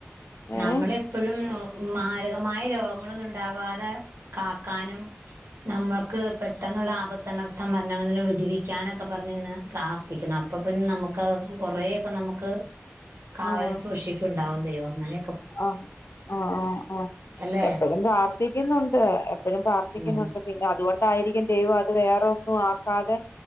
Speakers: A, on the left; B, on the right.
A: ഏഹ്
B: നമ്മളെപ്പഴും ഉം മാരകമായ രോഗങ്ങളൊന്നുംണ്ടാവാതെ കാക്കാനും നമ്മൾക്ക് പെട്ടെന്നുള്ള ആപത്തനർത്ഥം മരണങ്ങൾന്നെല്ലം വിടിവിയ്ക്കാനൊക്കെ പറഞ്ഞിങ്ങനെ പ്രാർത്ഥിക്കണം അപ്പൊ പിന്നെ നമുക്ക് കൊറേയൊക്കെ നമുക്ക് കാവല്
A: ആഹ്
B: സൂക്ഷിപ്പ്ണ്ടാവും ദൈവം അങ്ങനെ
A: ആഹ്, ആഹ്, ആഹ്, ആഹ്
B: അല്ലെ
A: എപ്പഴും പ്രാർത്ഥിക്കുന്നുണ്ട് എപ്പഴും പ്രാർത്ഥിക്കുന്നുണ്ട്.
B: ഉം
A: പിന്നെ അതുകൊണ്ടായിരിക്കും ദൈവം അത് വേറെ ഒന്നും ആക്കാതെ